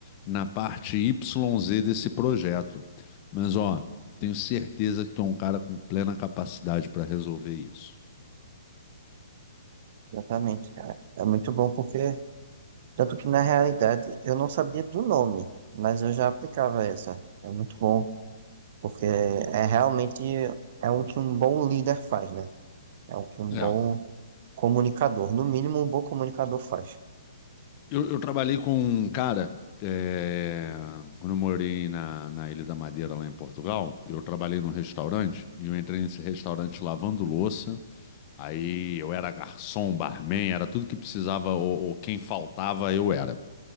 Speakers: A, on the left; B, on the right.
A: na parte YZ desse projeto. Mas ó, tenho certeza que tu é um cara com plena capacidade para resolver isso.
B: Exatamente, cara. É muito bom porque, tanto que na realidade eu não sabia do nome, mas eu já aplicava essa. É muito bom porque é realmente é o que um bom líder faz, né? É o que um
A: É.
B: bom comunicador, no mínimo um bom comunicador faz.
A: Eu, eu trabalhei com um cara, é, quando eu morei na, na Ilha da Madeira, lá em Portugal, eu trabalhei num restaurante e eu entrei nesse restaurante lavando louça. Aí eu era garçom, barman, era tudo que precisava ou, ou quem faltava, eu era.